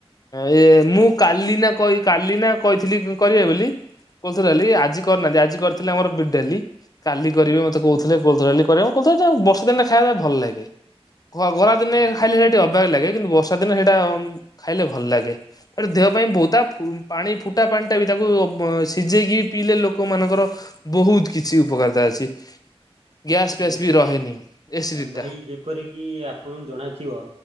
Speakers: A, on the left; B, on the right.
A: ଇ ଏ ମୁଁ କାଲି ନା କହି କାଲି ନା କହିଥିଲି କରିବେ ବୋଲି। କୋଳଥ ଡାଲି ଆଜି କରିନାହାନ୍ତି ଆଜି କରିଥିଲେ ଆମର ବିରି ଡାଲି। କାଲି କରିବେ ମତେ କହୁଥିଲେ କୋଳଥ ଡାଲି କରିବେ କୋଳଥ ଡାଲି ଟା ବର୍ଷା ଦିନ ଟା ଖାଇବାକୁ ଭଲ ଲାଗେ <unintelligible> ଦିନେ
B: ହଁ,
A: ଖାଇଲେ ଟିକେ ଅବାଗ ଲାଗେ କିନ୍ତୁ ବର୍ଷା ଦିନ ସେଟା ଖାଇଲେ ଭଲ ଲାଗେ। ତା ଦେହ ପାଇଁ ବହୁତ ତା ପାଣି ଫୁଟା ପାଣିଟା ବି ତାକୁ ହଁ ସିଝେଇକି ପିଇଲେ ଲୋକ ମାନଙ୍କର ବୋହୁତ କିଛି ଉପକାରତା ଅଛି। ଗ୍ୟାସ୍ ଫ୍ୟାସ୍
B: ଯେପରି
A: ବି ରହେନି ଏସିଡିଟି
B: ଭାଇ
A: ଟା
B: ଯେପରି କିି ଆପଣଙ୍କୁ ଜଣାଥିବ